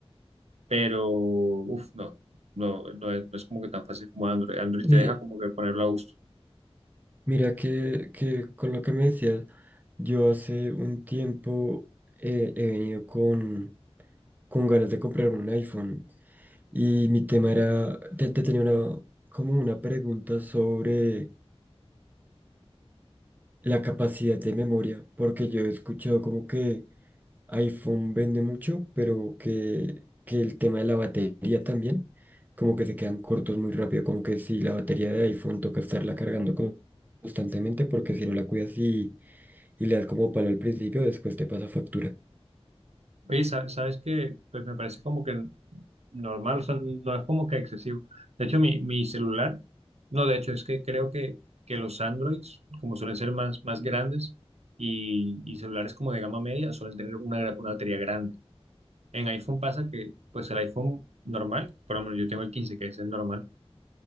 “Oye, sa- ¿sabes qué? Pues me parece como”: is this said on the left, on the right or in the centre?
Right